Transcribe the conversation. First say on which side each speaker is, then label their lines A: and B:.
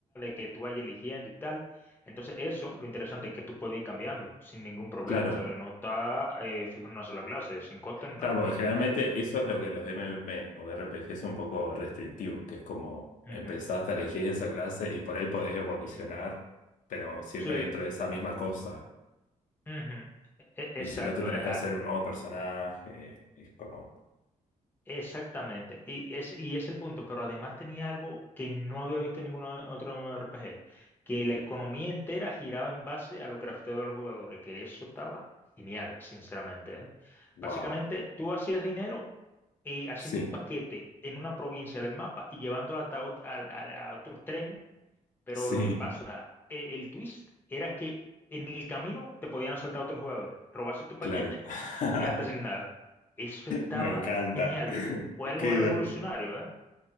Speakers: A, on the left; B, on the left.
A: que tú vayas eligiendo y tal. Entonces eso, lo interesante es que tú puedes ir cambiando sin ningún problema.
B: claro.
A: O sea, que no está eh, fijo en una sola clase, sin costo ni
B: Claro,
A: nada,
B: porque
A: todo.
B: generalmente eso es lo que los m m M o r p RPG son un poco restrictivos, que es como
A: Ujú,
B: empezaste a elegir esa clase y por ahí podés evolucionar,
A: ujú.
B: pero siempre
A: Sí,
B: dentro de esa misma cosa.
A: ujú. E-
B: Y
A: Exacto.
B: si no, te tenés
A: eh,
B: que
A: a-
B: hacer un nuevo personaje. Es como,
A: Exactamente, y es, y es el punto, pero además tenía algo que no había visto en ningún otro R P G que la economía entera giraba en base a lo crafteado de los jugadores, que eso estaba genial, sinceramente, ¿eh?
B: wow.
A: Básicamente, tú hacías dinero eh, haciendo
B: Sí,
A: un paquete en una provincia del mapa y llevando el ataúd al- al- a, otro extremo pero
B: sí.
A: lo que pasa, e- el, twist era que en el camino te podían asaltar otros jugadores, robarse tu paquete,
B: Claro. <laughs>
A: quedarte sin nada. Eso estaba
B: Me encanta.
A: genial, viejo. Fue algo
B: Qué divertido.
A: revolucionario, ¿eh?